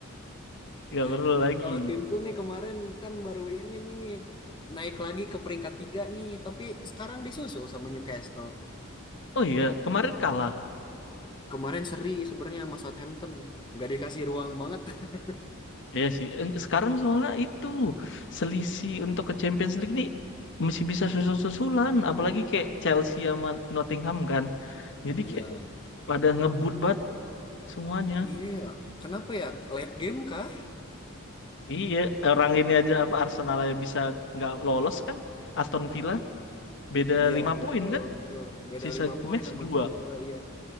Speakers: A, on the left; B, on the left.
A: Nggak perlu
B: <laughs>
A: lagi.
B: Kalau timku nih kemarin kan baru ini nih naik lagi ke peringkat tiga nih, tapi sekarang disusul sama Newcastle.
A: Oh iya, kemarin kalah.
B: Kemarin seri sebenarnya sama Southampton, nggak dikasih ruang banget. <laughs>
A: Iya sih. Eh, Sekarang soalnya itu selisih untuk ke Champions League nih masih bisa susul-susulan. Apalagi kayak Chelsea sama Nottingham kan. Jadi
B: Iya,
A: kayak pada ngebut banget semuanya.
B: iya ya. Kenapa ya? Late game kah?
A: Iya, orang ini aja apa Arsenal aja bisa nggak lolos kan? Aston Villa beda
B: Iya,
A: 5 poin
B: betul,
A: kan?
B: betul. Beda
A: Sisa
B: lima poin
A: match
B: sama
A: dua
B: Aston Villa, iya.